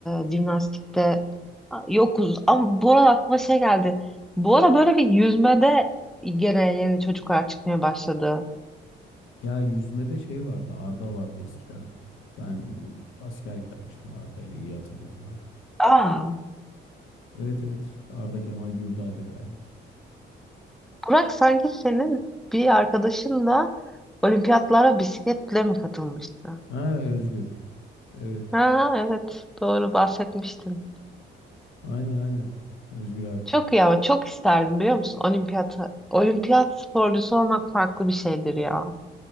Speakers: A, in the centre; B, on the left (about 80°).
A: e, jimnastikte a- yokuz. Ama bu arada aklıma şey geldi. Bu ara böyle bir yüzmede gene yeni çocuklar çıkmaya başladı.
B: Ya yüzmede şey vardı, Arda vardı eskiden. Ben askerlik yapmıştım Arda ile iyi hatırlıyorum Arda.
A: Aa,
B: Evet evet Arda Kemal Gürdal'dı galiba.
A: Burak sanki senin bir arkadaşın da olimpiyatlara bisikletle mi katılmıştı?
B: Ha Özgür. Evet.
A: Ha evet doğru bahsetmiştin.
B: Aynen aynen. Özgür abi.
A: Çok iyi ama çok isterdim biliyor musun? Olimpiyata, olimpiyat sporcusu olmak farklı bir şeydir ya.